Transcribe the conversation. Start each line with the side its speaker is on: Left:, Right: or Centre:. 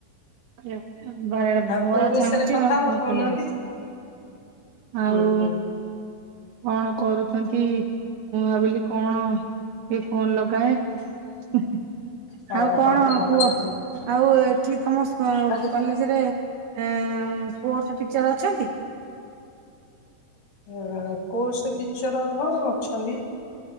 Right: <unintelligible> ବରା
Left: ଆଉ
Right: ବରା
Left: କୋଉ ବିଷୟରେ
Right: ଛାଣୁଚି
Left: କଥା
Right: ଆଉ
Left: ହବା
Right: କଣ
Left: କହୁନାହାନ୍ତି?
Right: କରିବା। ଆଉ
Left: ହୁଁ ହୁଁ
Right: କଣ କରୁଚନ୍ତି? ମୁଁ ଭାବିଲି କଣ? ଏ ଫୋନ ଲଗାଏ ହେ ହେ।
Left: ହଁ
Right: ଆଉ କଣ
Left: ହଁ ହଁ ଭଲ
Right: କୁହ?
Left: କରିଛନ୍ତି
Right: ଆଉ ଏଠି ତମ ସ୍ଵଂ
Left: ଆଜ୍ଞା
Right: କଲେଜରେ। ଏଁ ସ୍ପୋର୍ଟସ ଟିଚର ଅଛନ୍ତି।
Left: ଅ କୋସ ଟିଚର ହଁ ଅଛନ୍ତି।